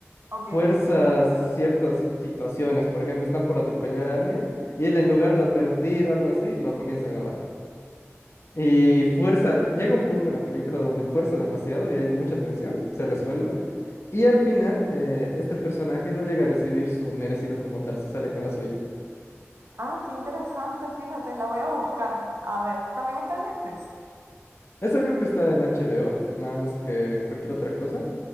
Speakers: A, on the right (about 60°); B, on the left (about 60°).
A: Ok.
B: fuerza ciertas situaciones. Por ejemplo, están por atropellar a alguien y él en lugar de advertir o algo así, lo comienza a grabar. Y fuerza, llega un punto en la película donde fuerza demasiado y hay mucha tensión, se resuelve. Y al final, eh, este personaje no llega a recibir su merecido como tal, se sale con la suya.
A: Ah, qué interesante, fíjate, la voy a buscar. A ver, también está en Netflix.
B: Eso creo que está en HBO, más que cualquier otra cosa.